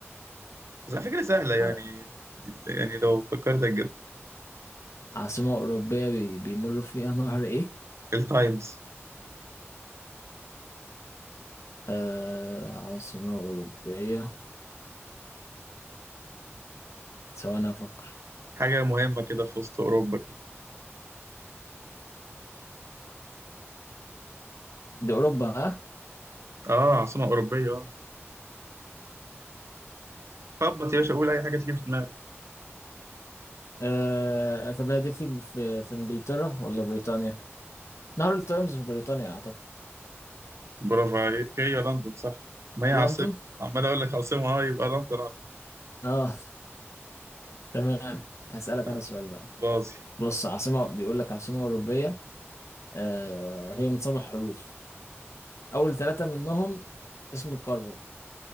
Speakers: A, on the right; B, on the left.
A: بس على فكرة سهلة يعني
B: ع-
A: يعني لو فكرت أجيب
B: عاصمة أوروبية بي بيمر فيها نهر ايه
A: التايمز
B: آه عاصمة أوروبية ثواني أفكر
A: حاجة مهمة كده في وسط أوروبا كده
B: دي أوروبا ها
A: اه عاصمة أوروبية اه خبط يا باشا قول أي حاجة تيجي في دماغك
B: آه، طب هي دي في في في انجلترا ولا بريطانيا نهر التايمز في بريطانيا اعتقد
A: برافو عليك هي لندن صح ما هي
B: لندن
A: عاصمة عمال أقول لك عاصمة اه يبقى لندن على طول
B: اه تمام هسألك
A: آه،
B: انا سؤال بقى
A: باظي
B: بص عاصمة بيقول لك عاصمة أوروبية آه هي من سبع حروف أول ثلاثة منهم اسم قارة